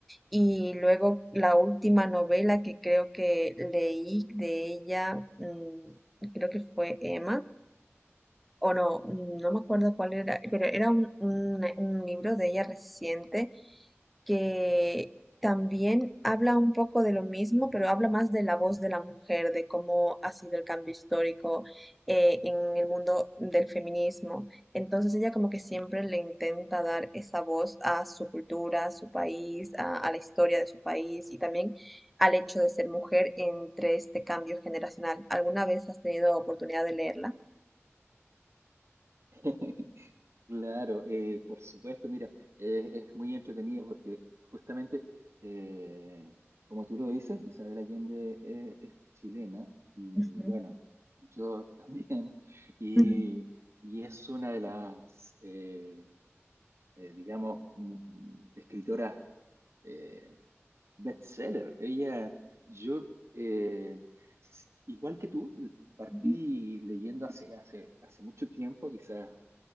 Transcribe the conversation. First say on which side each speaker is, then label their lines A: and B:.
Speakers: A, in the centre; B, on the right.
A: Y luego la última novela que creo que leí de ella, mm, creo que fue Emma, o no, no me acuerdo cuál era, pero era un, un- un libro de ella reciente que también habla un poco de lo mismo, pero habla más de la voz de la mujer, de cómo ha sido el cambio histórico eh, en el mundo del feminismo. Entonces ella como que siempre le intenta dar esa voz a su cultura, a su país, a, a la historia de su país y también al hecho de ser mujer entre este cambio generacional. ¿Alguna vez has tenido oportunidad de leerla?
B: <laughs> Claro, eh, por supuesto, mira, eh, es muy entretenido porque justamente, eh, como tú lo dices, Isabel Allende eh, es chilena y
A: Ujú.
B: bueno, yo <laughs> también, y,
A: Ujú.
B: y es una de las, eh, eh, digamos, m- m- escritoras eh, bestseller. Ella, yo, eh, s- igual que tú, partí
A: Ujú.
B: leyendo hace, hace, hace mucho tiempo, quizás